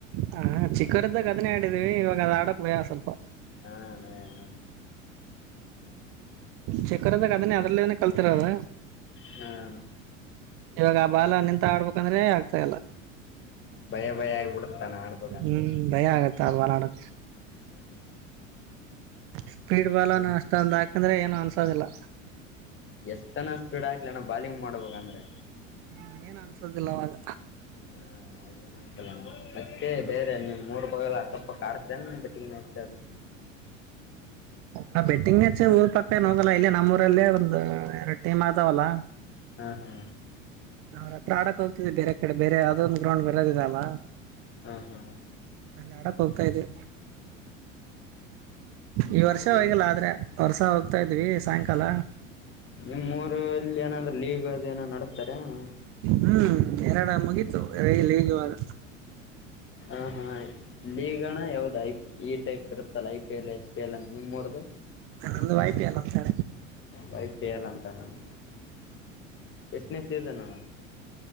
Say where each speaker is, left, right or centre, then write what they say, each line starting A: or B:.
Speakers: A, on the right; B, on the left.
A: ಹಾ ಚಿಕ್ಕವರದಾಗ ಅದನ್ನೇ ಆಡಿದೀವಿ ಇವಾಗ ಅದ ಆಡಕ್ ಭೇಯ ಸ್ವಲ್ಪ
B: ಹಾ ಹ
A: ಚಕರದಾಗ ಅದನ್ನೇ ಅದ್ರಲ್ಲನೇ ಕಲ್ತಿರದ
B: ಹ್ಮ
A: ಇವಾಗ ಬಾಲ ನಿಂತ ಆಡ್ಬೇಕಂದ್ರೆ ಆಗ್ತಾ ಇಲ್ಲ
B: ಭಯ ಭಯ ಆಗಿಬ ಬಿಡತಾನೆ ಆಡ್ಬೇಕಂದ್ರೆ
A: ಹ್ಮ್ ಭಯ ಆಗತ್ತ ಆ ಬಾಲ್ ಆಡಕ್
B: ಹ್ಮ
A: ಸ್ಪೀಡ್ ಬಲ್ನು ಅಷ್ಟೊಂದು ಹಾಕಂದ್ರೆ ಏನು ಅನ್ಸೋದಿಲ್ಲ
B: ಎಷ್ಟ್ ಜನ ಸ್ಪೀಡ್ ಆಕ್ಲ ನ ಬಾಲಿಂಗ್ ಮಾಡ್ಬೇಕ ಅಂದ್ರೆ
A: ಹ್ಮ ಏನ್ ಅನ್ಸದಿಲ್ಲ ಅವವಾಗ
B: ಹಾ ಅವಾಗೇನ್ ಅನ್ಸಲ್ಲ ನ ಮತ್ತೆ ಬೇರೆ ನಿಮ್ ಮೂರು ಬಲ್ಲ ಅಸೊಪ ಕಾಡ್ತೇ ಬಿಟ್ಟ ಂಗ ಮ್ಯಾಚ್ದು <unintelligible>
A: ಹ ಬೆಟ್ಟಿಂಗ್ ಹೆಚ್ಚೆ ಊರ್ ಪಕ್ಕ ಹೋಗಲ್ಲ ಇಲ್ಲಿ ನಮ್ಮ ಊರಲ್ಲೇ ಒಂದು ಎರಡು ಟೀಮ್ ಆದಾವಲ್ಲ
B: ಹಾ ಹಾ
A: ಹ್ರ ಪ್ರಾಡಕ್ ಹೋಗ್ತಿದೆ ಬೇರೆ ಕಡೆ ಬೇರೆ ಯಾವದೊ ಒಂದು ಗ್ರೌಂಡ್ ಬರೋದಿದ ಅಲ್ಲ
B: ಹ್ಮ ಹ್ಮ
A: ಅಲ್ಲಿ ಆಡಕ್ ಹೋಗ್ತಾ ಇದದೆ ಈ
B: ನಾವು
A: ವರ್ಷ ಹೋಗಲ್ಲ ಆದ್ರೆ ವರ್ಷ ಹೋಗ್ತಾ ಇದ್ವಿ ಸಾಯಂಕಾಲ
B: ನಿಮ್ಮ್ ರುಲ್ಲಿ ಏನಂದ್ರೆ ಲೀಗ್ ಅದು ಏನೋ ನಡಸ್ತಾರೆ ಅವಣ
A: ಹ್ಮ್ ಎರಡ ಮುಗತು ಎಲ್ಲಿ ಹೇಗಿವಾಗ
B: ಹ ಹಾ ಲೀಗಣ್ಣ ಯಾವ್ದ ಐ ಈ ಟೈಪ್ ಇರುತ್ತಲ್ಲ I P L H P L ಅಂತ ನಿಮ್ರದು
A: ಅಂದು ವಾಯಪ ಇಲ್ಲ ಸ
B: ವೈಯಲ್ಲ ಅಂತ ನಾನು ಎಷ್ಟನೇ ಸೀಸನ್ ಅಣ್ಣ